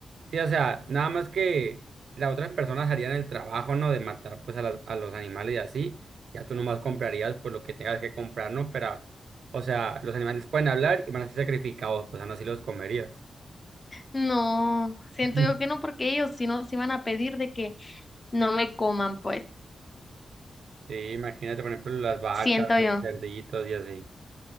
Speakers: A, on the right (about 70°); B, on the left (about 25°).
A: Sí, o sea, nada más que las otras personas harían el trabajo, ¿no? De matar pues a, las- a los animales y así. Ya tú nomás comprarías pues lo que tengas que comprar, ¿no? Pero, o sea, los animales pueden hablar y van a ser sacrificados, pues aún así los comerías.
B: no, siento
A: <laughs>
B: yo que no porque ellos si no nos iban a pedir de que no me coman, pues,
A: Sí, imagínate, por ejemplo, las vacas,
B: siento
A: o
B: yo.
A: los cerditos y así.